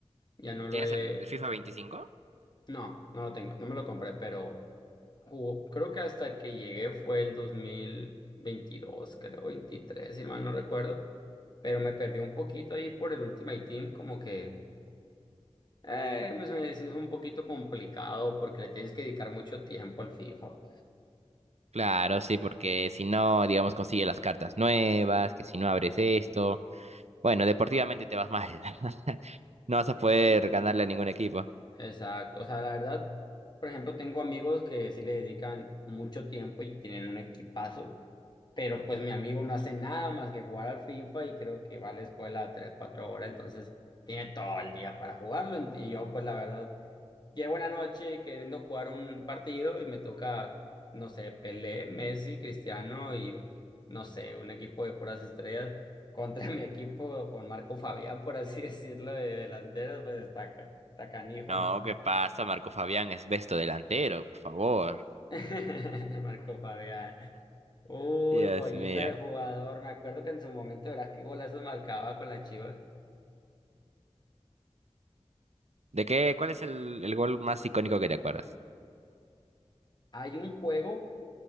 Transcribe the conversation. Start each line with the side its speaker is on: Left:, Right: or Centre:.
Left: Ya no lo
Right: ¿Tienes
Left: he...
Right: el, el FIFA 25?
Left: No, no lo tengo, no me lo compré, pero jugó. Creo que hasta el que llegué fue el 2022, creo, 23, si mal no recuerdo. Pero me perdí un poquito ahí por el Ultimate Team, como que eh, me, se me hizo un poquito complicado porque le tienes que dedicar mucho tiempo al FIFA, pues.
Right: Claro, sí, porque si no, digamos, consigue las cartas nuevas, que si no abres esto. Bueno, deportivamente te vas mal. <laughs> No vas a
Left: Sí.
Right: poder ganarle a ningún equipo.
Left: Exacto, o sea, la verdad, por ejemplo, tengo amigos que sí le dedican mucho tiempo y tienen un equipazo, pero pues mi amigo no hace nada más que jugar al FIFA y creo que va a la escuela tres, cuatro horas, entonces tiene todo el día para jugarlo y yo pues la verdad, llego una noche queriendo jugar un partido y me toca, no sé, Pelé, Messi, Cristiano y no sé, un equipo de puras estrellas contra <laughs> mi equipo con Marco Fabián, por así decirlo, de delantero, pues está, ca- está canijo,
Right: No,
Left: ¿no?
Right: ¿qué pasa, Marco Fabián? Es besto delantero, por favor.
Left: <laughs> Marco Fabián. Uy,
Right: Dios
Left: joyita
Right: mío.
Left: de jugador. Me acuerdo que en su momento verás qué golazos marcaba con la Chivas.
Right: ¿De qué? ¿Cuál es el, el gol más icónico que te acuerdas?
Left: Hay un juego